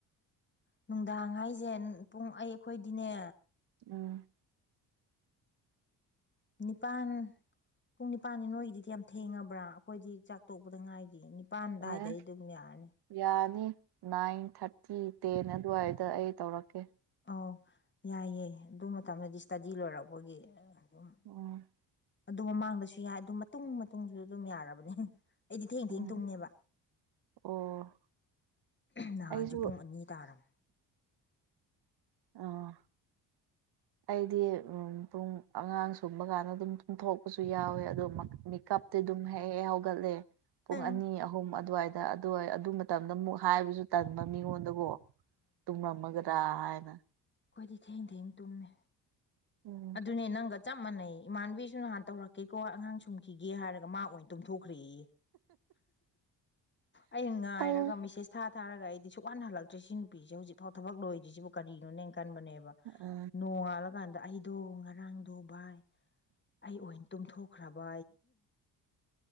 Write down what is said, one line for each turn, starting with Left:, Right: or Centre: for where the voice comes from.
Left: ꯅꯨꯡꯗꯥꯡ ꯍꯥꯏꯁꯦ ꯄꯨꯡ ꯑꯩꯈꯣꯏꯗꯤꯅꯦ
Right: ꯎꯝ
Left: ꯅꯤꯄꯥꯟ ꯄꯨꯡ ꯅꯤꯄꯜꯅꯤ ꯅꯣꯏꯒꯤꯗꯤꯗꯤ ꯌꯥꯝ ꯊꯦꯡꯉꯕ꯭ꯔꯥ ꯑꯩꯈꯣꯏꯗꯤ ꯆꯥꯛ ꯇꯣꯛꯄꯗ ꯉꯥꯏꯒꯤ ꯄꯥꯟꯗꯥꯏꯗ
Right: ꯑꯦ
Left: ꯑꯗꯨꯝ ꯌꯥꯔꯅꯤ
Right: ꯌꯥꯅꯤ ꯅꯥꯏꯟ ꯊꯥꯔꯇꯤ ꯇꯦꯟ ꯑꯗꯨꯋꯥꯏꯗ ꯑꯩ ꯇꯧꯔꯛꯀꯦ
Left: ꯑꯧ ꯌꯥꯏꯌꯦꯦ ꯑꯗꯨ ꯃꯇꯝꯗꯗꯤ ꯏꯁ꯭ꯇꯗꯤ ꯂꯣꯏꯔꯛꯄꯒꯤ ꯑꯗꯨꯝ
Right: ꯎꯝ
Left: ꯑꯗꯨ ꯃꯃꯥꯡꯗ ꯁꯤ ꯁꯤ ꯌꯥ ꯑꯗꯨ ꯃꯇꯨꯡ ꯃꯇꯨꯡꯁꯨ ꯑꯗꯨꯝ ꯌꯥꯔꯕꯅꯤ ꯑꯩꯗꯤ ꯊꯦꯡ ꯏ
Right: ꯎꯝ
Left: ꯊꯦꯡ ꯇꯨꯡꯉꯦꯕ
Right: ꯑꯣ
Left: ꯅꯍꯥꯟꯁꯨ
Right: ꯑꯩꯁꯨ
Left: ꯄꯨꯡ ꯑꯅꯤ ꯇꯥꯔꯕꯝ
Right: ꯑꯥ ꯑꯩꯗꯤ ꯄꯨꯡ ꯑꯉꯥꯡ ꯁꯨꯝꯕ ꯀꯥꯟꯗ ꯑꯗꯨꯝ ꯄꯨꯡ ꯊꯣꯛꯄꯁꯨ ꯌꯥꯎꯋꯦ ꯑꯗꯨ ꯃꯦꯀꯞꯇꯤ ꯑꯗꯨꯝ ꯍꯦꯛ ꯍꯦꯛ ꯍꯧꯒꯠꯂꯦ ꯄꯨꯡ
Left: ꯑꯪ
Right: ꯑꯅꯤ ꯑꯍꯨꯝ ꯑꯗꯨꯋꯥꯏꯗ ꯑꯗꯨꯏ ꯑꯗꯨ ꯃꯇꯝꯗ ꯑꯃꯨꯛ ꯍꯥꯏꯕꯁꯨ ꯇꯟꯕ ꯃꯤꯉꯣꯟꯗꯀꯣ ꯇꯨꯝꯂꯝꯝꯃꯒ꯭ꯔꯥ ꯍꯥꯏꯅ
Left: ꯑꯩꯈꯣꯏꯗꯤ ꯊꯦꯡ ꯊꯦꯡ ꯇꯨꯝꯃꯦ
Right: ꯎꯝ
Left: ꯑꯗꯨꯅꯦ ꯅꯪꯒ ꯆꯞ ꯃꯥꯟꯅꯩ ꯏꯃꯥꯟꯅꯕꯤꯁꯨ ꯅꯍꯥꯟ ꯇꯧꯔꯛꯀꯦꯀꯣ ꯑꯉꯥꯡ ꯁꯨꯝꯈꯤꯒꯦ ꯍꯥꯏꯔꯒ ꯃꯥ ꯑꯣꯏꯅꯤ ꯇꯨꯝꯊꯣꯛꯈ꯭ꯔꯦꯏ ꯑꯩꯅ ꯉꯥꯏꯔꯒ
Right: ꯇꯧ
Left: ꯃꯤꯁꯦꯁ ꯊꯥ ꯊꯥꯔꯒ ꯑꯩꯗꯤ ꯁꯨꯛ ꯋꯥꯅ ꯍꯜꯂꯛꯇꯦ ꯍꯧꯖꯤꯛ ꯐ ꯊꯕꯛ ꯂꯣꯏꯗꯔꯤꯁꯤꯕꯨ ꯀꯔꯤꯅꯣꯅꯦ ꯀꯟꯕꯅꯦꯕ
Right: ꯑ
Left: ꯅꯣꯡꯉꯥꯜꯂ ꯀꯥꯟꯗ ꯑꯗꯣ ꯉꯔꯥꯡꯗꯣ ꯚꯥꯏ ꯑꯩ ꯑꯣꯏꯅ ꯇꯨꯝꯊꯣꯛꯈ꯭ꯔꯕ